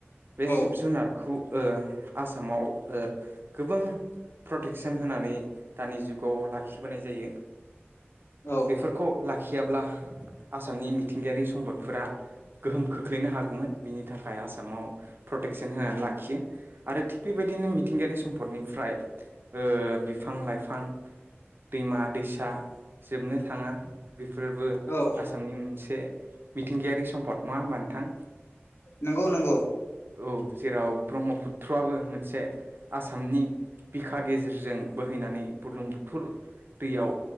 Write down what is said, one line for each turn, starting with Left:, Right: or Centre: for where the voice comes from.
Right: बे
Left: औ
Right: जिब जुनारखौ ओ आसामाव ओ गोबां प्रटेकसन होनानै दानि जुगाव लाखिबोनाय जायो।
Left: औ
Right: बेफोरखौ लाखियाब्ला आसामनि मिथिंगायारि सम्पदफोरा गोहोम खोख्लैनो हागौमोन बिनि थाखाय आसामाव प्रटेकसन होनानै लाखियो आरो थिग बेबायदिनो मिथिंगायारि सम्पदनिफ्राय ओ बिफां लाइफां दैमा- दैसा जोबनो थाङा। बेफोरबो
Left: औ
Right: आसामनि मोनसे मोनसे मिथिंगायारि सम्पद नङा होमबा नोंथां
Left: नंगौ नंगौ
Right: औ जेराव ब्रह्मपुत्रआबो मोनसे आसामनि बिखा गेजेरजों बोहैनानै बुरलुं बुथुर दैयाव